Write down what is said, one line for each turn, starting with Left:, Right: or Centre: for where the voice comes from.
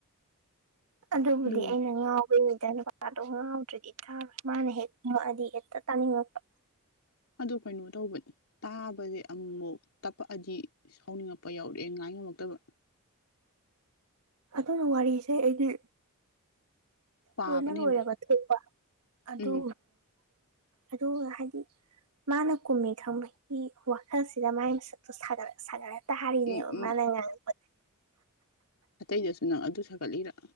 Right: ꯑꯗꯨꯕꯨꯗꯤ
Left: ꯑꯗꯨ
Right: ꯑꯩꯅ ꯉꯥꯎꯕꯗ ꯅꯨꯄꯥꯗꯣ ꯉꯥꯎꯗ꯭ꯔꯗꯤ ꯊꯥꯔꯣꯏ ꯃꯥꯅ ꯍꯦꯛ ꯗꯤ ꯑꯦꯠꯇ ꯇꯅꯤꯡꯉꯛꯄ
Left: ꯑꯗꯨ ꯀꯩꯅꯣ ꯇꯧꯕꯅꯤ ꯇꯥꯕꯁꯦ ꯑꯃꯨꯛꯐꯨꯛ ꯇꯞꯄꯛꯑꯗꯤ ꯁꯥꯎꯅꯤꯡꯉꯛꯄ ꯌꯥꯎꯔꯛꯑꯦ ꯉꯥꯏ ꯉꯝꯃꯛꯇꯕ
Right: ꯑꯗꯨꯅ ꯋꯥꯔꯤꯁꯦ ꯑꯩꯗꯤ
Left: ꯄꯥꯕꯅ
Right: ꯂꯣꯏꯅ ꯂꯣꯏꯔꯒ
Left: ꯍꯦꯟ ꯐꯩ
Right: ꯊꯣꯛꯄ ꯑꯗꯨ
Left: ꯎꯝ
Right: ꯑꯗꯨꯒ ꯍꯥꯏꯗꯤ ꯃꯥꯅ ꯀꯨꯝꯃꯤ ꯈꯪꯕꯒꯤ ꯋꯥꯈꯜꯁꯤꯗ ꯃꯥꯏ ꯃꯁꯛꯇꯨꯔ ꯁꯥꯟꯅꯔꯦ ꯇ ꯍꯔꯤꯅꯦ
Left: ꯎꯝ ꯎꯝ
Right: ꯃꯥ ꯂꯩꯉꯥꯡ
Left: ꯑꯇꯩꯗꯁꯨ ꯅꯪ ꯑꯗꯨ ꯁꯥꯒꯠꯂꯤꯔ